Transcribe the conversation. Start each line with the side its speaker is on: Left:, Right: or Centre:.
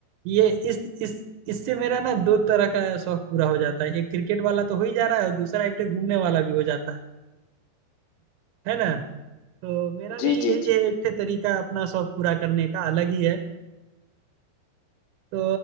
Right: ये इस इस इससे मेरा ना दो तरह का शौक पूरा हो जाता है एक क्रिकेट वाला तो हो ही जा रहा है और दूसरा एक ठे घूमने वाला भी हो जाता है है ना तो मेरा भी
Left: जी जी
Right: यही
Left: जी
Right: है एक ठे तरीका अपना शौक पूरा करने का अलग ही है तो